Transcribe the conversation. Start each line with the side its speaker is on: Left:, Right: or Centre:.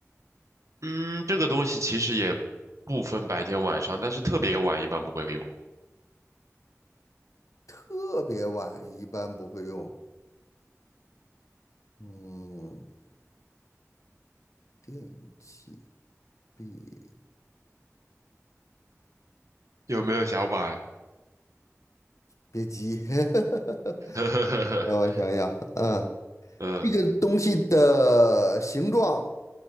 Right: 嗯，这个东西其实也不分白天晚上，但是特别晚一般不会用。
Left: 特别晚一般不会用。嗯，电器别
Right: 有没有想法呀？
Left: 别急，<laughs>
Right: <laughs>
Left: 让我想想，嗯，
Right: 嗯，
Left: 这个东西的形状